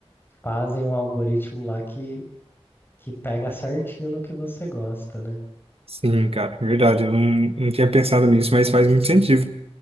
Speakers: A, on the left; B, on the right.
A: fazem um algoritmo lá que, que pega certinho no que você gosta, né?
B: Sim, cara, verdade. Eu não, não tinha pensado nisso, mas faz muito sentido.